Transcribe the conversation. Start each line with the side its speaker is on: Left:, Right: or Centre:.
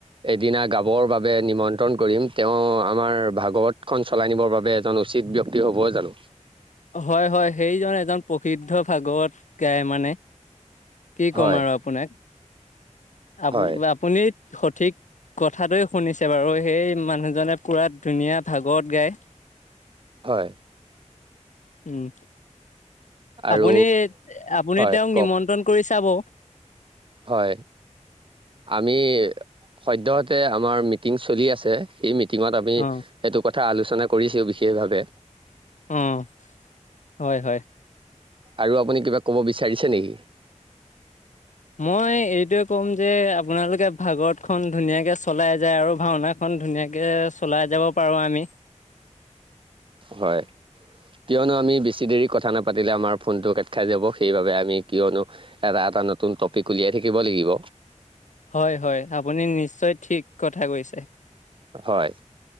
Right: এদি গাবৰ বাবে নিমন্ত্ৰণ কৰিম তেওঁ আমাৰ ভাগৱত খন চলাই আানিবৰ বাবে এজন উচিত ব্যক্তি হ'বই জানো
Left: হয়, হয় সেইজন এজন প্ৰসিদ্ধ ভাগৱত গায় মানে। কি
Right: হয়
Left: কম আৰু আপোনাক আপ
Right: হয়
Left: আপুনি সঠিক। কথাটোৱে শুনিছে বাৰু সেই মানুহজনে পুৰা ধুনীয়া ভাগত গায়।
Right: হয়।
Left: উম,
Right: আৰু
Left: আপুনি আপুনি
Right: হয়
Left: তেওঁক
Right: কওক
Left: নিমন্ত্ৰণ কৰিছে। যাব
Right: হয় আমি সদ্যহতে আমাৰ মিটিং চলি আছে সেই মিটিঙত আমি
Left: অ
Right: সেইটো কথা কথা আলোচনা কৰিছও বিশেষভাৱে
Left: আহ হয়, হয়।
Right: আৰু আপুনি কিবা ক'ব বিচাৰিছে নেকি?
Left: মই এইটোৱে ক'ম যে আপোনালোকে ভাগত খন ধুনীয়াকে চলাই যায়, আৰু ভাওনাখনন ধুনীয়াকে চলাই যাব। পাৰোঁ আমি
Right: হয়। কিয়নো আমি বেছি দেৰি কথা নাপাতিলে আমাৰ ফোনটো কাট খাই যাব সেইবাবে আমি কিয়নো এটা এটা নতুন টপিক উলিয়াই থাকিব লাগিব।
Left: হয়, হয় আপুনি নিশ্চয় ঠিক কথা কৈছে।
Right: হয়